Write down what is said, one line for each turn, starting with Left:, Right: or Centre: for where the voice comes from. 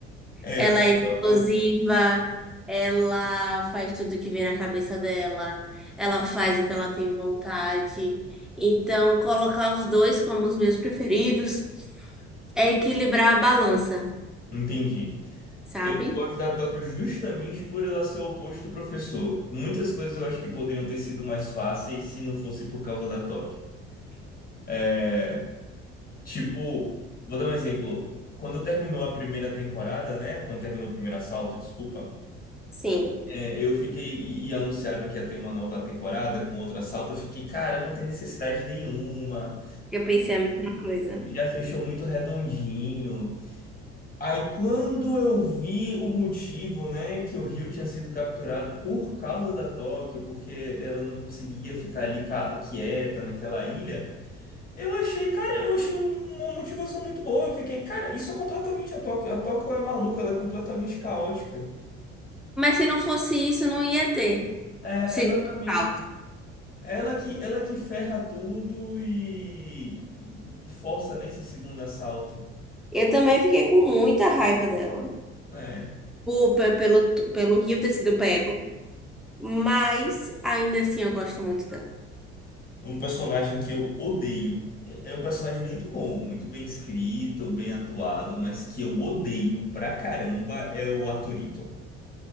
Left: é,
Centre: Ela é
Left: a
Centre: explosiva,
Left: Tóquio,
Centre: ela faz tudo que vem na cabeça dela, ela faz o que ela tem vontade. Então, colocar os dois como os meus preferidos é equilibrar a balança,
Left: eu entendi.
Centre: sabe?
Left: Eu não gosto da Tóquio justamente por ela ser o oposto do professor. Muitas coisas eu acho que poderiam ter sido mais fáceis se não fosse por causa da Tóquio. É, Tipo, vou dar um exemplo. Quando terminou a primeira temporada, né? Quando terminou o primeiro assalto, desculpa.
Centre: Sim,
Left: é, eu fiquei. E, e anunciaram que ia ter uma nova temporada com outro assalto. Eu fiquei, cara, não tem necessidade nenhuma.
Centre: eu pensei a mesma coisa.
Left: E já fechou muito redondinho. Aí quando eu vi o motivo, né? Que o Rio tinha sido capturado por causa da Tóquio, porque ela não conseguia ficar ali ca- quieta naquela ilha. Eu achei, cara, eu achei um- uma motivação muito boa. Eu fiquei, cara, isso é completamente a Tóquio. A Tóquio é maluca, ela é completamente caótica.
Centre: Mas se não fosse isso, não ia ter
Left: É,
Centre: segundo
Left: exatamente.
Centre: salto.
Left: Ela que, ela que ferra tudo e, e força nesse segundo assalto.
Centre: Eu também fiquei com muita raiva dela,
Left: né
Centre: por, pe- pelo, pelo Rio ter sido pego, mas ainda assim eu gosto muito dela.
Left: Um personagem que eu odeio. É é um personagem muito bom, muito bem escrito, bem atuado, mas que eu odeio pra caramba é o Arthurito.